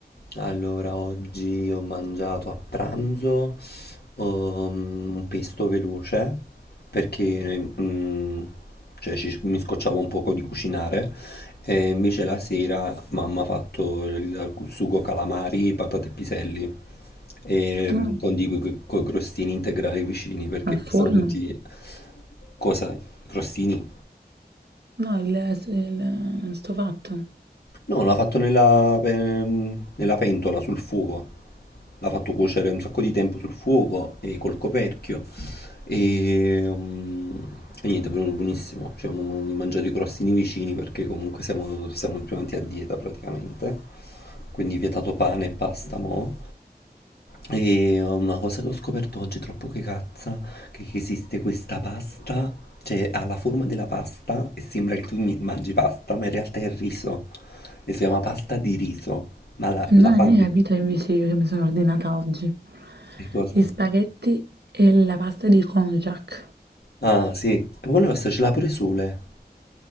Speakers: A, on the left; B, on the right.
A: Allora, oggi ho mangiato a pranzo um, un pesto veloce perché mm, cioè, ci- mi scocciavo un poco di cucinare e invece la sera mamma ha fatto il sugo calamari, patate e piselli e, mm,
B: Ah,
A: con i crostini integrali vicini perché
B: al forno?
A: costano tutti cosa? I crostini?
B: No, il, il- sto fatto.
A: No, l'ha fatto nella, pe- nella pentola sul fuoco. L'ha fatto cuocere un sacco di tempo sul fuoco e col coperchio. Ehm, e niente, è venuto buonissimo. Ci siamo mangiati i crostini vicini perché comunque siamo, siamo più avanti a dieta praticamente. Quindi vietato pane e pasta mo'. E uh, una cosa che ho scoperto oggi troppo che cazza, che che esiste questa pasta, cioè ha la forma della pasta e sembra che tu mi- mangi pasta, ma in realtà è riso. E si chiama pasta di riso. Ma la, la
B: No,
A: fanno.
B: non hai capito invece io che mi sono ordinata oggi.
A: Che cosa?
B: Gli spaghetti e la pasta di konjac.
A: Ah, sì. E poi la nostra ce l'ha pure Sole.